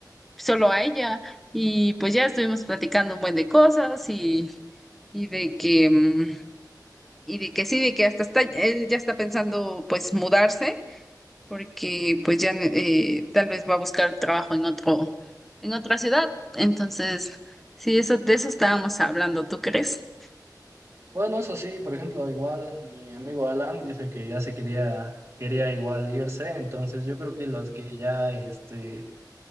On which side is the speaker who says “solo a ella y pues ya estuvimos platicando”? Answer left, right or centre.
Centre